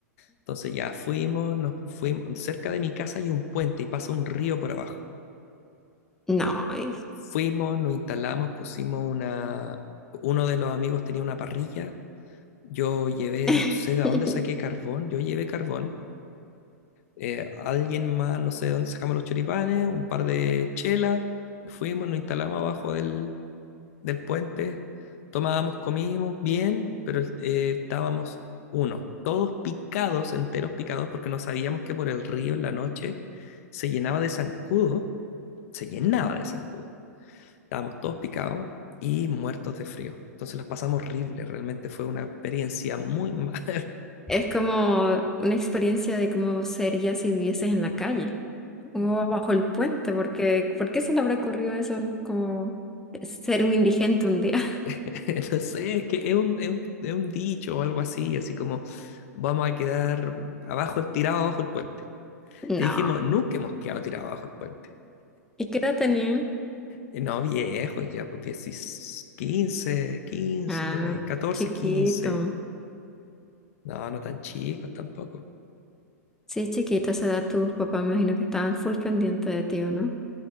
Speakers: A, on the left; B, in the centre.
A: Entonces ya fuimos, nos fuimos, cerca de mi casa hay un puente y pasa un río por abajo.
B: No. y-
A: Fuimos, nos instalamos, pusimos una... Uno de los amigos tenía una parrilla, yo llevé,
B: <laughs>
A: no sé de dónde saqué carbón, yo llevé carbón, eh, alguien más, no sé de dónde sacamos los choripanes, un par de chelas, fuimos, nos instalamos abajo del, del puente, tomábamos, comimos, bien, pero eh, estábamos, uno, todos picados, enteros picados, porque no sabíamos que por el río en la noche se llenaba de zancudo, se llenaba de zancudo Estábamos todos picados y muertos de frío. Entonces las pasamos horrible, realmente fue una experiencia muy mala.
B: Es como una experiencia de cómo sería si vivieses en la calle o bajo el puente, porque ¿por qué se le habrá ocurrido eso como ser un indigente un día? <laughs>
A: <laughs> No sé, es que es un, es un- es un dicho o algo así, así como vamos a quedar abajo, tirado abajo el puente.
B: No.
A: Y dijimos, nunca hemos quedado tirado abajo el puente.
B: ¿Y qué edad tenían?
A: Y no, viejos, ya pues diez quince quince
B: Ah,
A: por ahí, 14
B: chiquito.
A: quince No, no tan chicos tampoco.
B: Sí, chiquito, a esa edad tus papás me imagino que estaban full pendientes de ti, ¿o no?